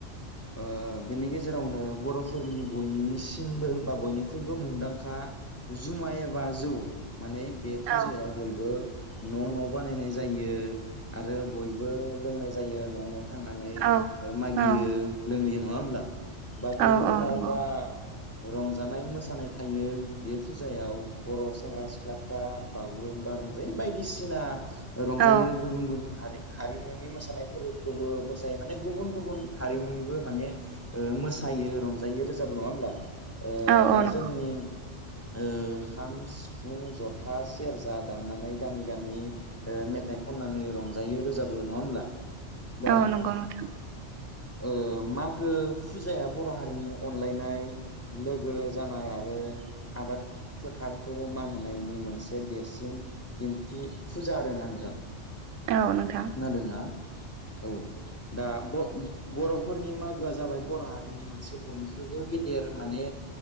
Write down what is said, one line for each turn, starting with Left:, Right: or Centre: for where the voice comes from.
Left: ओ बेनि गेजेरावनो बरफोरनि बयनि सिमबो बा बयनि ख्रुइबो मुंदांखा जुमाय एबा जौ माने बे फुजायाव
Right: औ
Left: बयबो न'न बानायनाय जायो। आरो बयबो लोंनाय जायो न'न। थांनानै
Right: औ
Left: ओ मागियो
Right: औ
Left: लोंङैयो न नंआ होनब्ला बा बिनि
Right: औ औ
Left: उनाव
Right: नंगौ
Left: बा रंजानाय मोस सानाय थायो बे फुजायाव बर सेंग्रा सिख्ला बा बागुरुम्बा रंजायो बायदिसिना रंजायो
Right: औ
Left: गुबुन गुबुन हारिया हारि न'नि मोसानायफोरखौबो मोसायो माने गुबुन-गुबुन हारिमुनिबो माने ओ मोसायो रंजायो रोजाबो नंआ होनब्ला ओ
Right: औ
Left: दा
Right: औ नंगौ
Left: जोंनि ओ खाम सिफुं जथा सेरजा दामनानै गामि-गामि ओ मेथाइ खननानै रंजायो रोजाबो नङा होमब्ला दा
Right: औ नंगौ नोंथां।
Left: ओ मागो फुजाया बर हारिनि अनलायनाय लोगो जानाय आरो आबाद फोथारखौ मान होनायनि मोन से देरसिन दिन्थि फुजा आरो ना नोंथां
Right: औ नोंथां
Left: खादोंना औ दा ब बरफोरनि मागो गोआ जाबाय बर' हारिनि मोनसे बयनिख्रुइबो गेदेर माने